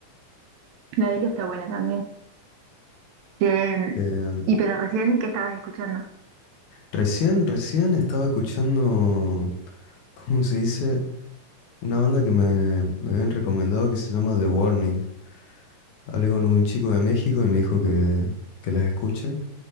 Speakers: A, on the right; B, on the left.
A: la de Helio está buena también. Eh,
B: Eh,
A: y pero recién qué estabas escuchando.
B: recién, recién estaba escuchando, ¿cómo se dice? Una banda que me, me habían recomendado que se llama The Warning. Hablé con un chico de México y me dijo que, que las escuche,